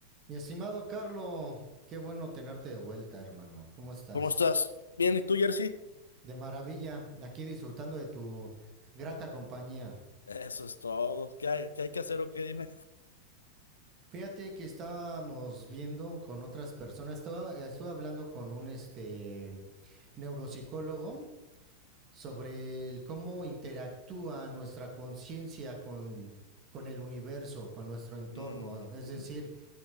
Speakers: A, on the right; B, on the left.
A: Mi estimado Carlo, qué bueno tenerte de vuelta, hermano. ¿Cómo estás?
B: ¿Cómo estás? Bien, ¿y tú, Jersey?
A: De maravilla, aquí disfrutando de tu grata compañía.
B: Eso es todo. ¿Qué hay, qué hay que hacer o qué dime?
A: Fíjate que estábamos viendo con otras personas, estaba, estuve hablando con un este neuropsicólogo sobre el cómo interactúa nuestra conciencia con, con el universo, con nuestro entorno.
B: Ujú,
A: Es decir,